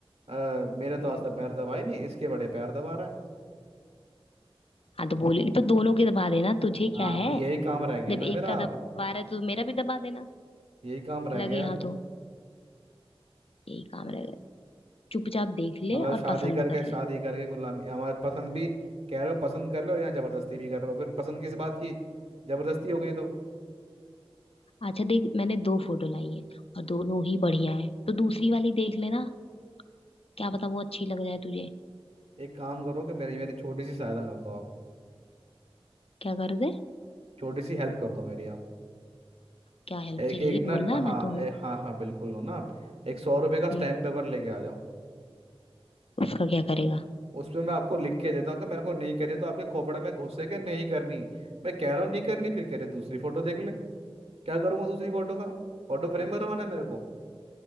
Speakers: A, on the right; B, on the left.
A: "अ, मेरे तो
B: हम्म
A: आज तक पैर दबा ही नहीं इसके बड़े पैर दबा रहा है
B: हाँ तो बोलेगी तो दोनों के दबा देना तुझे
A: हाँ
B: क्या है
A: यही काम रह गया
B: जब
A: ना
B: एक
A: मेरा
B: का दबा
A: अब
B: रहा है तो मेरा भी दबा देना
A: यही काम रह
B: लगे
A: गया
B: हाँ तो यही काम रहेगा चुपचाप देख ले
A: मतलब शादी
B: और पसंद
A: करके
B: कर
A: शादी
B: ले
A: करके गुलामी हमारे पसंद भी कह रहे हो पसंद कर लो और यहाँ जबरदस्ती भी कर रहे हो फिर पसंद किस बात की जबरदस्ती हो गई तो
B: अच्छा देख मैंने दो फोटो लाई है और दोनों ही बढ़िया है तो दूसरी वाली देख लेना क्या पता वो अच्छी लग जाए तुझे
A: एक काम करो कि मेरी मेरी छोटी सी सहायता कर दो आप
B: क्या कर दे
A: छोटी सी हेल्प कर दो मेरी आप
B: क्या हेल्प
A: एक
B: चाहिए
A: एक ना
B: बोलना
A: हाँ
B: मैं तो
A: ए,
B: हूँ
A: हाँ हाँ बिल्कुल हो ना आप एक सौ रुपये का स्टैम्प
B: हम्म
A: पेपर लेके आ जाओ
B: उसका क्या करेगा
A: उसमें मैं आपको लिख के देता हूँ कि मेरे को नहीं करनी तो आपके खोपड़े में घुसे के नहीं करनी मैं कह रहा हूँ नहीं करनी फिर कह रहे दूसरी फोटो देख ले क्या करूँगा दूसरी फोटो का फोटो फ्रेम करवाना है मेरे को